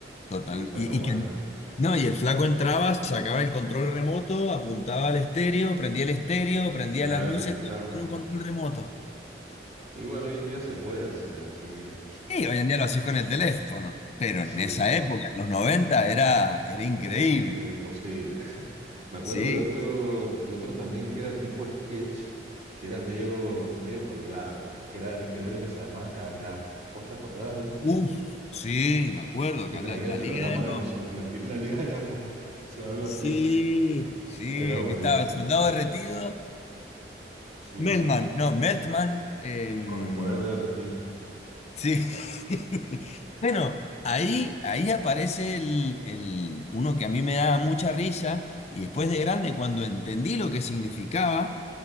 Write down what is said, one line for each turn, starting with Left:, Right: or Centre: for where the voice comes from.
Left: total.
Right: Sí, está
Left: Y,
Right: re bueno.
Left: y que, no, y el flaco entraba, sacaba el control remoto, apuntaba al estéreo, prendía el estéreo, prendía
Right: Claro,
Left: las luces,
Right: y
Left: todo
Right: chao.
Left: con un control remoto.
Right: Y bueno, hoy en día se puede hacer, así que
Left: Y hoy en día lo haces con el teléfono, pero
Right: sí,
Left: en esa época, en los 90 era, era increíble.
Right: Era imposible. <laughs> Me acuerdo
Left: Sí,
Right: de otro, de otro también que era tipo sketch, que era medio, medio colgado, que era de Nickelodeon que se llamaba Kablam. ¿Vos te acordás de ese?
Left: Uf, sí, me acuerdo, acá
Right: Que traía
Left: la, la
Right: el
Left: Liga
Right: programa
Left: de los...
Right: de los, sub- la, li- la Liga de la Justicia <laughs> o algo
Left: sí,
Right: así.
Left: Sí,
Right: Era
Left: el
Right: buenísimo,
Left: que estaba el soldado
Right: era buenísimo.
Left: derretido,
Right: Sí,
Left: Melman, no, Meltman, em,
Right: con el poder de derretir. <laughs>
Left: sí. <laughs> Bueno, ahí, ahí aparece el, el- uno que a mí me daba mucha risa y después de grande, cuando entendí lo que significaba,